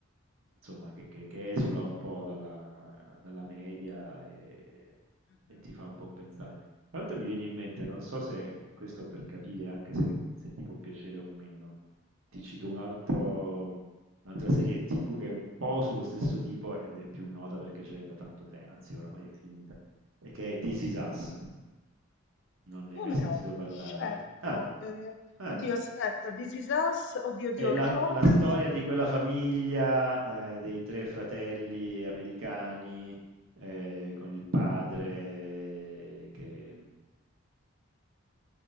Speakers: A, on the right (about 75°); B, on the left (about 55°).
A: insomma, che, che- che esula un po' dalla, dalla media e,
B: Mh-mh.
A: e ti fa un po' pensare. Tra l'altro mi viene in mente, non so se questo per capire anche se, se ti può piacere o meno, ti cito un altro- un'altra serie TV che è un po' sullo stesso tipo ed è più nota perché c'è da tanto tempo, anzi oramai è finita, e che è This Is Us, non ne
B: Come
A: hai mai sentito
B: no?
A: parlare?
B: Certo,
A: Ah,
B: ehm,
A: eh.
B: oddio aspetta, This Is Us, oddio, oddio,
A: È la
B: ricordami.
A: la storia di quella famiglia, ehm, dei 3 fratelli americani, ehm, con il padre che, mhmm,